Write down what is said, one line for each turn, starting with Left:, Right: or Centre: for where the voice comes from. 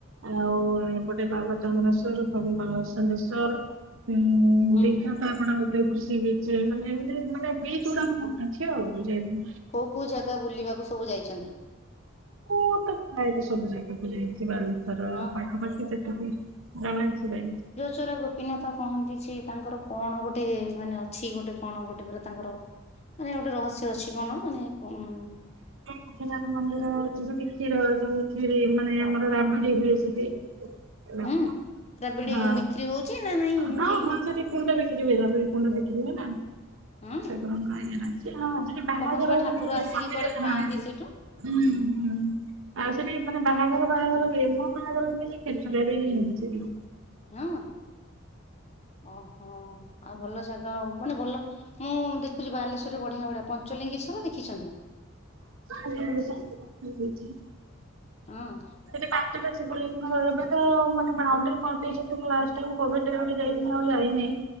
Right: ଆଉ ଏପଟେ ବାବା ଚଙ୍ଗନେଶ୍ଵର ପ୍ରଭୁ ବାବା ସମ୍ବେଶ୍ୱର ଉଁ। ହଁ
Left: ହୁଁ
Right: ଦିଘା ତ ଆପଣଙ୍କର ଉଦୟପୁର ସିବିଚ୍। ସି ମାନେ ଏମିତି ମାନେ ବିଚି ଓରା ମନର ଅଛି ଆଉ ଯାଇ
Left: କୋଉ କୋଉ ଜାଗା ବୁଲିବାକୁ ସବୁ ଯାଇଚନ୍ତି?
Right: ପୁ ତୁ ପ୍ରାୟତ ସବୁ ଜାଗାକୁ ଯାଇଚି ବାଳୁ ଥର
Left: ହଁ।
Right: ପାଖାପାଖି ଯେତିକି ଜଣଛିଡ଼ାଇ।
Left: ଚୋରା ଗୋପୀନାଥ କହନ୍ତି ସେ ତାଙ୍କର କଣ ଗୋଟେ ମାନେ ଅଛି ଗୋଟେ କଣ ଗୋଟେ ପୁରା ତାଙ୍କର ମାନେ ଗୋଟେ ରହସ୍ୟ ଅଛି କଣ ମାନେ କଣ
Right: ଅକ୍ଷନାଥ ମନ୍ଦିର ହଉଚି ଯଠି କ୍ଷୀର ଯୋଉ କ୍ଷୀରୀ ମାନେ ଆମର ରାବିଡି ହୁଏ ସେଠି। ଲା
Left: ହୁଁ ରାବିଡି
Right: ହଁ
Left: ବିକ୍ରି ହଉଛି ନା ନାଇଁ ଏମତି
Right: ହଁ ହମ ସେଠି କୁଣ୍ଡ ବିକ୍ରି ହୁଏ କୁଣ୍ଡ ବିକ୍ରି ହୁଏ ନାଁ
Left: ହୁଁ
Right: <unintelligible> ସେ ହଁସେଠି ବାହାଘର
Left: କହନ୍ତି ବା ଠାକୁର
Right: <unintelligible>
Left: ଆସିକି କୁଆଡେ ଖାଆନ୍ତି
Right: ହଁ।
Left: ସେଇଠୁ
Right: ହୁଁ ହୁଁ। ଆଉ ସେଠି ମାନେ ବାହାଘର ବାହାଘର ହୁଏ ମୋ ବାହାଘର ବି ଖାଲି ଖେଚୁଡାରେ ହିଁ ହଉଚି।
Left: ହଁ ଓହୋ ଆଉ ଭଲ ଜାଗା ମାନେ ଭଲ ମୁଁ ଦେଖୁଚି ବାଲେଶ୍ୱରରେ ବଢିଆ ଭଢିଆ ପଞ୍ଚଲିଙ୍ଗେ ସ୍ୱର ଦେଖିଛନ୍ତି।
Right: <inaudible>
Left: ହଁ।
Right: ସେଠି ପାଞ୍ଚଟା ଶିବଲିଙ୍ଗ ଏବେ ତ ମାନେ ବାଉଣ୍ଡରୀ କରିଦେଇଛନ୍ତି। <unintelligible> ମୁଁ ଆଉ ଯାଇନାହିଁ